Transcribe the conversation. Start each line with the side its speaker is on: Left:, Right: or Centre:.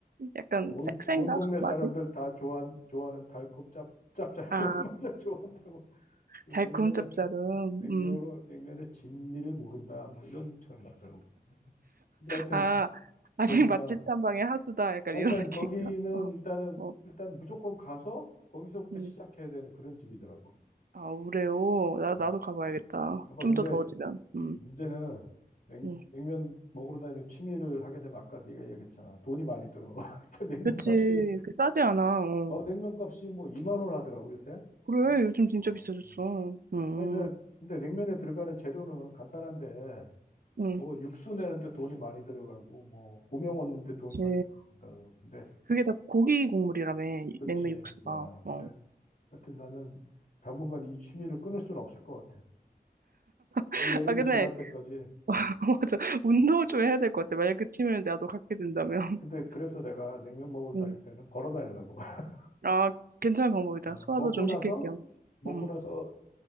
Right: 약간
Left: 온,
Right: 섹센가?
Left: 온 동네
Right: 맛이?
Left: 사람들 다 좋아한, 좋아하는 달콤 짭 짭짤한
Right: 아,
Left: <laughs> 맛을 좋아한다고. 그리고
Right: 달콤
Left: 냉면의
Right: 짭짤음.
Left: 냉면으로
Right: 음.
Left: 냉면의 진미를 모른다 뭐 이런 표현 같더라고. 근데 하여튼
Right: 아, 아직
Left: 거기가
Right: 맛집 탐방의 하수다. 약간
Left: 일단
Right: 이런 <laughs> 느낌인가?
Left: 거기는
Right: 어,
Left: 일단은
Right: 어.
Left: 일단 무조건 가서 거기서부터
Right: 음.
Left: 시작해야 되는 그런 집이더라고.
Right: 아, 우레오 나,
Left: 음.
Right: 나도 가봐야겠다.
Left: 한번 가봐.
Right: 좀
Left: 근데
Right: 더 더워지면. 음,
Left: 문제는 냉,
Right: 음.
Left: 냉면 먹으러 다니는 취미를 하게 되면 아까 네가 이야기했잖아. 돈이 많이 들어. <laughs> 근데 냉면
Right: 그치.
Left: 값이
Right: 그 싸지 않아. 어.
Left: 어 냉면 값이 뭐 2만 원 하더라고 요새.
Right: 그래,
Left: 어?
Right: 요즘 진짜
Left: 어,
Right: 비싸졌어.
Left: 음.
Right: 음,
Left: 아니 근데, 근데 냉면에 들어가는 재료는 간단한데
Right: 음,
Left: 뭐 육수 내는데 돈이 많이 들어가고 뭐 고명 얻는데 돈이
Right: 그치.
Left: 많이 들어간다. 근데
Right: 그게 다 고기 국물이라며,
Left: 그렇지.
Right: 냉면 육수가.
Left: 야
Right: 어.
Left: 근데 하여튼 나는 당분간 이 취미를 끊을 수는 없을 것 같아.
Right: <laughs>
Left: 올 여름이
Right: 아, 근데,
Left: 지날 때까지.
Right: <laughs> 맞아. 운동을 좀 해야 될 것 같아. 만약 그 취미를 나도 갖게 된다면.
Left: 근데
Right: <laughs>
Left: 그래서 내가 냉면 먹으러 다닐
Right: 음.
Left: 때는 걸어 다니려고. <laughs>
Right: 아, 괜찮은 방법이다.
Left: 어,
Right: 소화도
Left: 먹고
Right: 좀
Left: 나서,
Right: 시킬 겸.
Left: 먹고
Right: 음.
Left: 나서,